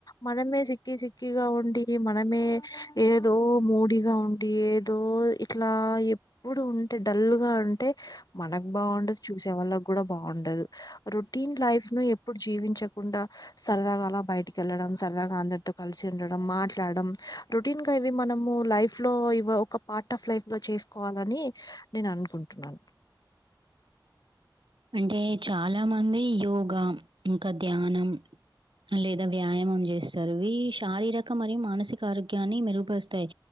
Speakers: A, on the left; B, on the right.
A: మనమే సిక్కి సిక్ కిగా ఉండి మనమే ఏదో మూడిగా ఉండి ఏ దో ఇట్లా ఎప్పుడు ఉంటే, డల్ గా ఉంటే మనకు బాగుండదు చూసేవాళ్ళ కూడా బావుండదు. రొటీన్ లైఫ్ ను ఎప్పుడు జీవించకుండా సరదాగా అలా బయటకెళ్లడం సరదగా అందరితో కలిసి ఉండడం, మాట్లాడడం రోటీన్ గా ఇవి మనము లైఫ్ లో ఇ ఒక పార్ట్ ఆఫ్ లైఫ్ లో చేసుకోవాలని నేను అనుకుంటున్నాను.
B: అంటే చాలా మంది యోగా ఇంకా ధ్యానం లేదా వ్యాయామం చేస్తారు. ఇ శారీరక మరియు మానసిక ఆరోగ్యాన్ని మెరుగుపరుస్తాయి.